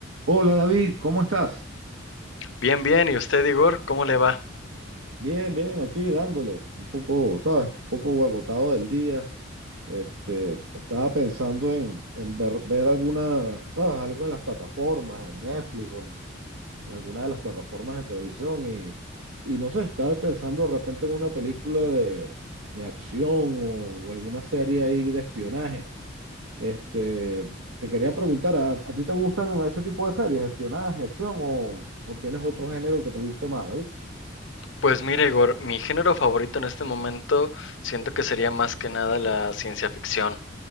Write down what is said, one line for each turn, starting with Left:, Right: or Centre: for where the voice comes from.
Right: Hola David, ¿cómo estás?
Left: Bien, bien. ¿Y usted, Igor? ¿Cómo le va?
Right: Bien, bien, aquí dándole un poco, ¿sabes? Un poco agotado del día. Este, estaba pensando en, en ver, ver alguna, ¿sabes? Algo en las plataformas, en Netflix o en, en alguna de las plataformas de televisión y, y no sé, estaba pensando de repente en una película de, de acción o, o alguna serie ahí de espionaje. Este, te quería preguntar, ¿a, a ti te gustan ese tipo de series, espionaje, acción o, o tienes otro género que te guste más, David?
Left: Pues mira, Igor, mi género favorito en este momento siento que sería más que nada la ciencia ficción.